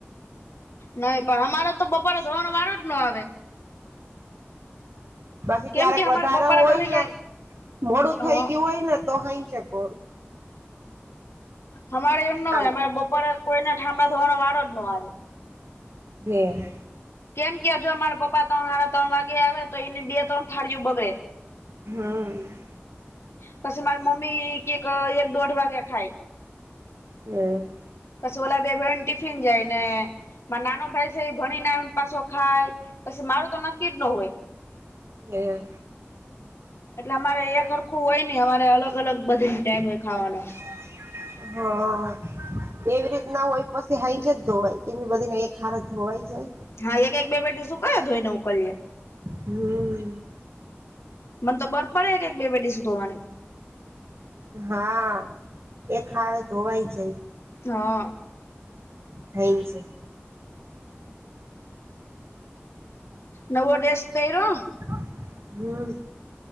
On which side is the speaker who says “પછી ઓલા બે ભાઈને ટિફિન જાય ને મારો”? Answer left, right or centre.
Left